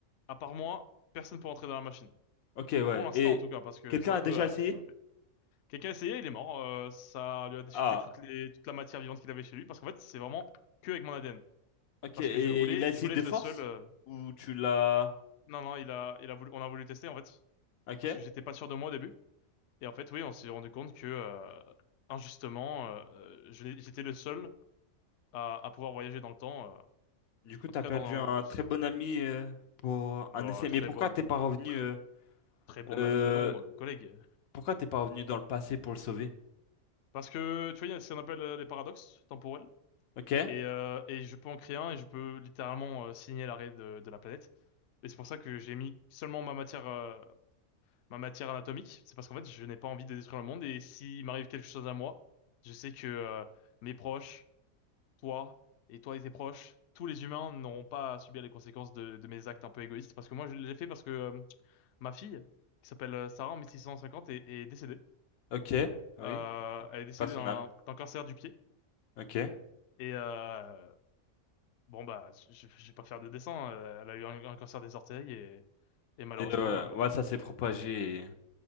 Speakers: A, on the left; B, on the left.
A: À part moi, personne peut rentrer dans la machine.
B: Ok, ouais.
A: Pour l'instant,
B: Et
A: en tout cas, parce que
B: quelqu'un
A: ça
B: a
A: peut...
B: déjà essayé?
A: euh, Quelqu'un a essayé, il est mort. Euh, ça lui a déchiqueté
B: Ah.
A: toutes les... toute la matière vivante qu'il avait chez lui, parce qu'en fait, c'est vraiment que avec mon ADN.
B: Ok,
A: Parce
B: et
A: que je voulais,
B: il a essayé
A: je voulais
B: de
A: être
B: force?
A: le seul... euh,
B: Ou tu l'as...
A: Non, non, il a... Il a voulu... on a voulu tester, en fait,
B: Ok.
A: parce que j'étais pas sûr de moi au début. Et en fait, oui, on s'est rendu compte que, euh, injustement, euh, je l'ai- j'étais le seul à... à pouvoir voyager dans le temps, euh,
B: Du coup,
A: en
B: t'as
A: tout cas
B: perdu
A: dans
B: un
A: un...
B: très
A: c'est-
B: bon ami euh, pour un
A: dans
B: essai.
A: un très
B: Mais pourquoi
A: bon...
B: t'es pas revenu...
A: tr-
B: euh,
A: Très bon
B: euh,
A: ami, non, euh, collègue.
B: pourquoi t'es pas revenu dans le passé pour le sauver?
A: Parce que, tu vois, il y a ce qu'on appelle euh, les paradoxes temporels.
B: Ok,
A: Et, euh, et je peux en créer un et je peux littéralement euh, signer l'arrêt de, de la planète. Et c'est pour ça que j'ai mis seulement ma matière, euh, ma matière anatomique. C'est parce qu'en fait, je n'ai pas envie de détruire le monde. Et s'il m'arrive quelque chose à moi, je sais que euh, mes proches, toi et toi et tes proches, tous les humains n'auront pas à subir les conséquences de, de mes actes un peu égoïstes. Parce que moi, je l'ai fait parce que euh, ma fille, qui s'appelle euh, Sarah en 1650, est, est décédée.
B: ok, oui,
A: Euh, elle est décédée
B: pas son
A: d'un
B: âme.
A: d'un cancer du pied.
B: Ok. Et
A: Et, euh, Bon bah, je, je vais pas faire de dessin. euh, Elle a eu un, un cancer des orteils et, et malheureusement,
B: euh, ouais,
A: euh,
B: ça s'est propagé. et-